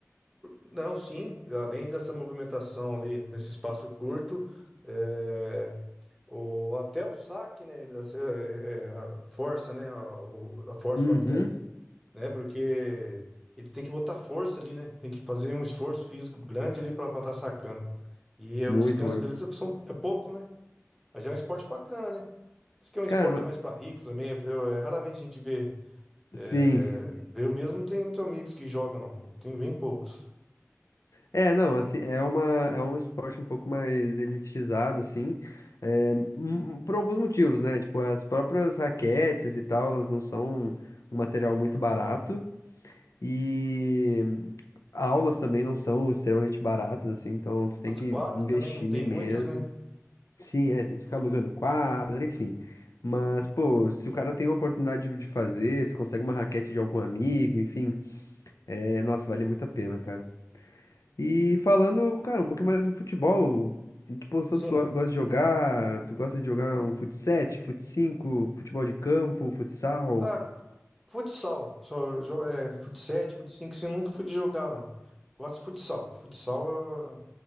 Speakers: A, in the centre; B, on the left (about 80°).
A: não, sim, além dessa movimentação ali nesse espaço curto, é, o, até o saque, né, ele, assim, é, é, a força, né, a, o- a força
B: Uhum,
A: o atleta, né, porque ele tem que botar força ali, né, tem que fazer um esforço físico grande ali para estar sacando. E é,
B: muito,
A: o descanso
B: muito.
A: deles é, são- é pouco, né, mas é um esporte bacana, né. Diz que é um esporte
B: Cara, ma-
A: mais para rico também, eu, é, raramente a gente vê É,
B: sim.
A: eu mesmo não tenho muitos amigos que jogam, não. Eu tenho bem poucos.
B: É, não, assim, é uma, é um esporte um pouco mais elitizado, assim, é, hum, por alguns motivos, né? Tipo, as próprias raquetes e tal, elas não são um material muito barato. E aulas também não são extremamente baratas, assim, então tu tem
A: As
B: que
A: quadras
B: investir
A: também não tem muitas,
B: mesmo.
A: né?
B: Sim, é, tem que ficar alugando quadra, enfim. Mas, pô, se o cara tem uma oportunidade de de fazer, se consegue uma raquete de algum amigo, enfim, é, nossa, vale muito a pena, cara. E falando, cara, um pouquinho mais do futebol, em que posição
A: Sim.
B: tu go- gosta de jogar? Tu gosta de jogar um fut 7, fut 5, futebol de campo, futsal?
A: Ah, futsal. Só, jo- é, fut 7, fut 5, assim, eu nunca fui de jogar, não. Gosto de futsal. Futsal eu